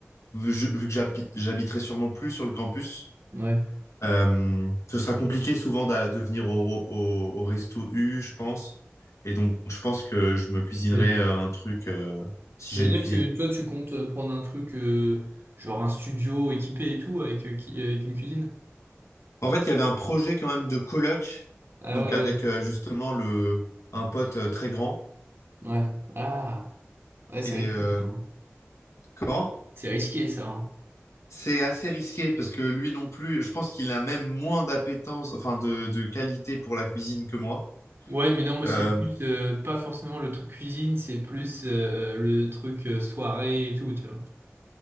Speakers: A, on the left; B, on the right.
A: vu je- vu que j'habi- j'habiterai sûrement plus sur le campus,
B: Ouais.
A: euh, ce sera compliqué souvent d'a- de venir au, au, au resto U, je pense. Et donc, je pense que je me cuisinerai
B: Mais
A: euh, un truc euh, si
B: Ça
A: j'ai
B: veut
A: une
B: dire
A: cuisine.
B: que toi, tu comptes euh, prendre un truc, euh, genre un studio équipé et tout, avec, euh, qui- avec une cuisine?
A: En fait, il y avait un projet quand même de coloc,
B: Ah
A: donc
B: ouais, ouais.
A: avec euh, justement le, un pote euh, très grand.
B: Ouais. Ah, ouais, c'est
A: Et.
B: risqué.
A: euh,
B: ça, hein.
A: comment?
B: C'est risqué, ça. hein.
A: C'est assez risqué parce que lui non plus, je pense qu'il a même moins d'appétence, enfin de, de qualité pour la cuisine que moi.
B: Ouais, mais non, moi,
A: Euh,
B: c'est plus, euh, pas forcément le truc cuisine, c'est plus euh, le truc euh, soirée et tout, tu vois.